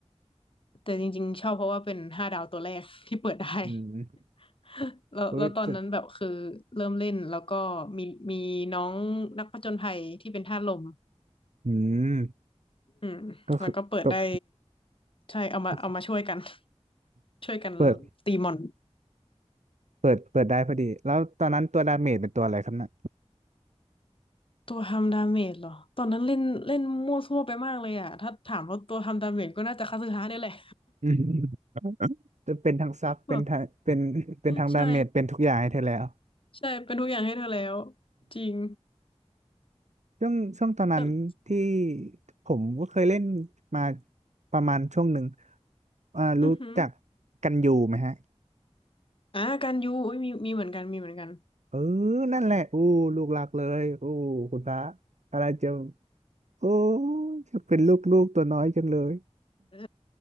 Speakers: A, on the left; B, on the right.
A: แต่จริงๆชอบเพราะว่าเป็นห้าดาวตัวแรกที่เปิดได้
B: อืม
A: <laughs> แล้วแล้วตอนนั้นแบบคือเริ่มเล่น
B: อุ้ยจะ
A: แล้วก็มีมีน้องนักผจญภัยที่เป็นธาตุลม
B: อืม
A: อืมแล้วก็เปิดได้
B: ก็คือตก
A: ใช่เอามาเอามาช่วยกัน
B: ก็คือ
A: <laughs> ช่วยกัน
B: เปิด
A: ตีมอน
B: เปิดเปิดได้พอดีแล้วตอนนั้นตัวดาเมจเป็นตัวอะไรครับน่ะ
A: ตัวทำดาเมจเหรอ ตอนนั้นเล่นเล่นมั่วซั่วไปมากเลยอ่ะ ถ้าถามว่าตัวทำดาเมจก็น่าจะคาสึฮะเนี่ยแหละ
B: อืมจะเป็นทั้งซับเป็นทั้งเป็นเป็นทั้งดาเมจเป็นทุกอย่างให้เธอแล้ว
A: <laughs> แบบใช่ใช่เป็นทุกอย่างให้เธอแล้วจริง
B: ช่วงช่วงตอนนั้นที่
A: แต่
B: ผมก็เคยเล่นมาประมาณช่วงหนึ่งอ่ารู้จัก
A: อือหือ
B: กันอยู่ไหมฮะ
A: อ่ะการยูอุ๊ยมีมีเหมือนกันมีเหมือนกัน
B: เออนั่นแหละอู้ลูกรักเลยอู้คุณพระอะไรจะโอ้จะเป็นลูกลูกตัวน้อยจังเลย
A: เออ